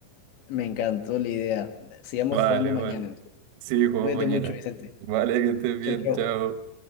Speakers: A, on the left (about 70°); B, on the right (about 65°).
A: Me encantó la idea. Sigamos
B: Vale,
A: jugando mañana.
B: vale.
A: entonces.
B: Sí, jugamos
A: Cuídate
B: mañana.
A: mucho, Vicente.
B: Vale, que estés bien,
A: Chau, chau.
B: chao.